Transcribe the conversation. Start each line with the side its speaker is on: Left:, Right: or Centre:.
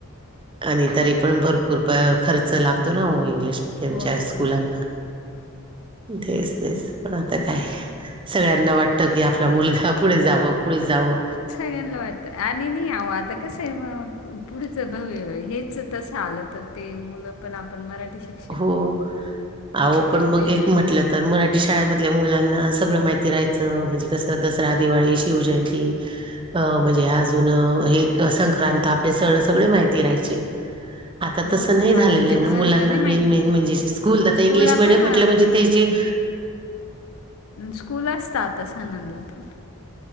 Right: आणि तरी पण भरपूर प खर्च लागतो ना ओ इंग्लिश मिडियमच्या
Left: मिडियममध्ये
Right: स्कुलांना. तेच तेच पण आता काय सगळ्यांना वाटतं की आपला मुलगा पुढे जावं, पुढे जावं
Left: तेनला वा आणि नई आव आता कसं हे, पुढचं भव हेच तसं आलं तर. ते मुलं पण आपण मराठी शिक
Right: हो. आहो पण मग
Left: नाही
Right: एक
Left: ना.
Right: म्हटलं तर, मराठी शाळमधल्या मुलांना सगळं माहि फीराहायचं म्हणजे कस दसरा, दिवाळी, शिवजयंती अ म्हणजे आज अजून हेक संक्रांत ते सन सगळे माहिती राहायचे. आता
Left: हो
Right: तस नाही झालेले
Left: आताच्या
Right: हाय ना मुलांना
Left: नाही
Right: मेन
Left: माहिती.
Right: मेन म्हणजे, स्कूल आता
Left: स्कूला
Right: इंग्लिश मीडियम
Left: पण
Right: म्हटलं म्हणजे तेस जे
Left: स्कूल असतात आता सनानला पण.